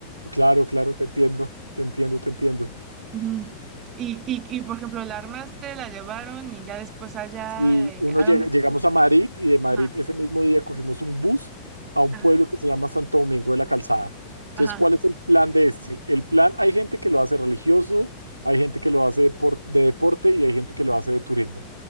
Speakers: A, on the right (about 80°); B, on the right (about 30°).
A: Claro, claro, te entiendo, te entiendo, te entiendo.
B: Ujú. Y, y, y por ejemplo, la armaste, la llevaron y ya después allá,
A: Y
B: eh,
A: uno
B: ¿a
A: llega-
B: dónde?
A: llegamos a Madrid y de Madrid
B: Ajá,
A: ese mismo día cogimos un bus a un
B: ajá,
A: pueblo que se llama Santo Domingo de la Calzada. Entonces,
B: ajá,
A: ¿cuál es el plan de este? El plan, hay gente que lo hace religioso, hay gente que lo hace de, por- de deporte y hay gente que lo hace de turismo.